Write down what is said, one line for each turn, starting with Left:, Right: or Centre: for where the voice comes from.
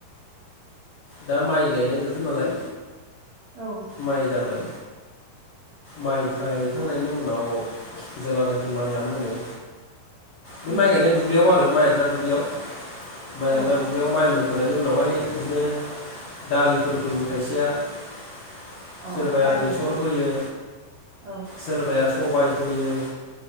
Left: दा माइ गायनाय बोथोर नालाय
Right: औ
Left: माइ जाबाय माइखाय थांनायनि उनाव जेब्लानाखि माया मोनो बे
Right: उम
Left: माइ गायनाय दुब्लियाव आरो माइ गायग्रा दुब्लियाव माइ गायग्रा
Right: औ
Left: दुब्लियाव माइ मोनखांनायनि उनावहाय बिदिनो दालिफोर फोयो खायसेया सोरबाया
Right: औ दालि
Left: बेसर फोयो
Right: औ
Left: सोरबाया सबाइ फोयो